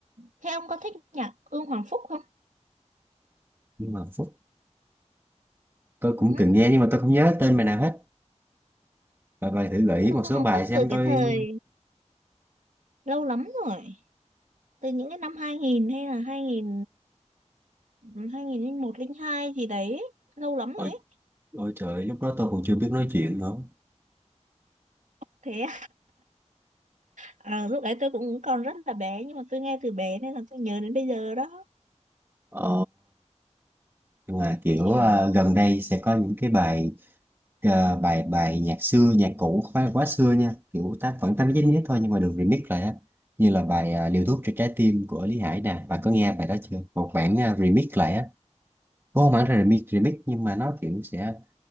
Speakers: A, on the right; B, on the right.
A: thế ông có thích nhạc Ưng Hoàng Phúc không
B: nhưng mà phút tôi
A: ừ.
B: cũng từng nghe nhưng mà tôi không nhớ tên bài nào hết và bài thử gợi ý
A: Ưng
B: một
A: Hoàng
B: số bài
A: Phúc
B: xem
A: từ
B: tôi
A: cái thời lâu lắm rồi từ những cái năm 2000 hay là 2000 2001 02 gì đấy lâu lắm
B: ôi,
A: rồi ấy
B: ôi trời lúc đó tôi còn chưa biết nói chuyện nữa
A: thế à, lúc đấy tôi cũng còn rất là bé nhưng mà tôi nghe từ bé nên là tôi nhớ đến bây giờ đó
B: ờ nhưng mà kiểu
A: kiểu
B: ờ, gần đây sẽ có những cái bài ờ, bài bài nhạc xưa nhạc cũ không phải là quá xưa nha kiểu tám vẫn tám chín nhất thôi nhưng mà được remix lại á như là bài ờ, liều thuốc cho trái tim của Lý Hải nè bạn có nghe bài đó chưa một bản ờ, remix lại á có không hẳn là remix remix nhưng mà nó kiểu sẽ